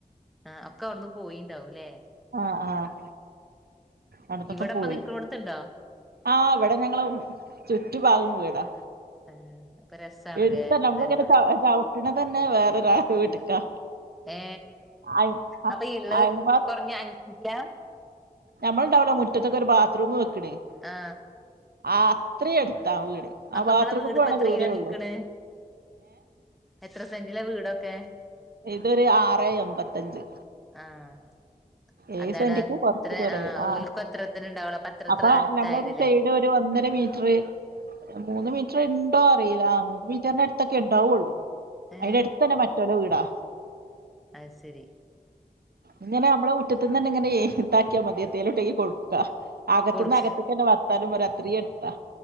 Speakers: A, in the centre; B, on the right.
A: ആ ഒക്കെ അവ്ട്ന്ന് പോയിണ്ടാവും ലേ
B: ആ ആ അട്ത്തൊക്കെ
A: ഇവിടെപ്പ
B: പോയി
A: നിക്കണോടത്തുണ്ടോ
B: ആ ഇവിടെ ഞങ്ങള് ചുറ്റുപാകോം വീടാ.
A: ആഹ് അപ്പൊ രസാണല്ലേ
B: എടുത്തന്നെ നമ്മളിങ്ങനെ
A: എല്ലാരും കൂടി
B: ചവ് ചവ്ട്ട്ണതന്നെ വേറെരാളെ വീട്ട്ക്കാ.
A: ഏ
B: അയ് അ-
A: അപ്പൊ ഇള്
B: അയിന്
A: കൊറഞ്ഞ അഞ്ചാ?
B: നമ്മളുണ്ടാവൂലെ മുറ്റത്തക്കൊരു ബാത്റൂമ് വെക്ക്ണ്
A: ആ
B: ആ അത്രേ അട്ത്താ ആ വീട് ആ ബാത്രൂമ്ക്ക്‌
A: ഇങ്ങളെ വീട്
B: പോണെ
A: ഇപ്പ എത്ര
B: ദൂരെയൊള്ളു.
A: കിലോ നിക്കണ് എത്ര സെന്റിലാ വീടൊക്കെ?
B: ഇതൊരു ആറെഎമ്പത്തഞ്ച്.
A: ആഹ്
B: ഏയ്
A: അതാണ്
B: സെന്റിക്ക് കുറച്ച്
A: അത്ര
B: കുറവ് ആ
A: ഓൽക്കും അത്രത്തിന് ഉണ്ടാവുള്ളൂ അപ്പൊ അത്രത്ര
B: അപ്പൊഞമ്മളൊരു
A: അടുത്തായതല്ലേ
B: സൈഡ് ഒരു ഒന്നര മീറ്റ്റ് മൂന്ന് മീറ്റ്റ്ണ്ടോ അറിയില മൂന്ന് മീറ്ററിനടുത്തൊക്കെ ണ്ടാവൊള്ളു.
A: ഏ
B: അയ്ന്റട്തന്നെ മറ്റൊരെ വീടാ
A: അത്ശരി
B: ഇങ്ങനെമ്മളെ മുറ്റത് ന്നന്നെഇങ്ങനെയേ ഇതാക്കിയാമതി എന്തേലുണ്ടെങ്കിലേ കൊട്ക്കാ അകത്ത്ന്ന്അകത്ത്ക്കന്നെ
A: കൊടുക്ക
B: വർത്താനംപറയും അത്രേ അട്ത്താ